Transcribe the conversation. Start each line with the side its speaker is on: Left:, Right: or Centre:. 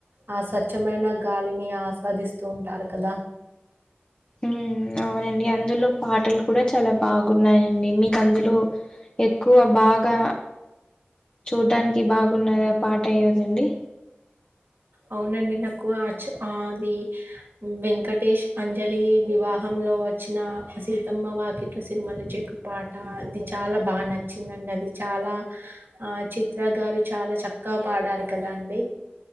Right: ఆ స్వచ్ఛమైన గాలిని ఆస్వాదిస్తూ ఉంటారు కదా
Left: మ్మ్ అవునండి అందులో పాటలు కూడా చాలా బాగున్నాయండి మీకు అందులో ఎక్కువ బాగా చూడ్డానికి బాగున్నది పాట ఏదండి
Right: అవునండి నాకు అది వెంకటేష్ అంజలి వివాహంలో వచ్చిన సీతమ్మ వాకిట్ల సినిమల చెట్టు పాట అది చాలా బాగా నచ్చిందండి అది చాలా ఆ చిత్ర గారు చాలా చక్కగా పాడారు కదా అండి